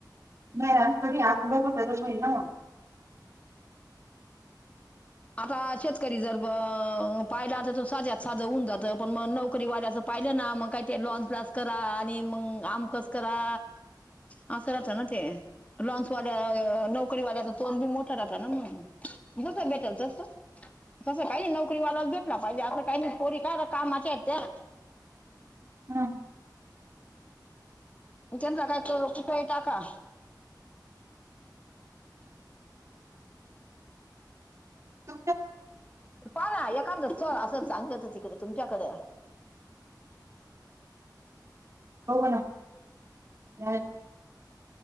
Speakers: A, on the right; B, on the left.
A: म ोडी आप क ना
B: आता शेतकरी जर पाहिला तर त साध्यात साधं होऊन जातं पण मग नोकरी वाल्याचं पाहिलं ना मग काही ते लॉन प्लास करा आणि मग आमकस करा हा सरता ना ते लं्च वाल्या्या नोकरी वाल्याचा तोन बी मोठा राहता ना मत बेटल तस तस काही नोकरीवालाच भेटला पाहिजे अ काही पोरी का कामाच्या आहेत त्या
A: हम
B: जा काय कुपही टाका
A: तुमचं
B: प ना एखा असं चांगलंत तिकडे तुमच्याकडें
A: हो ना नाही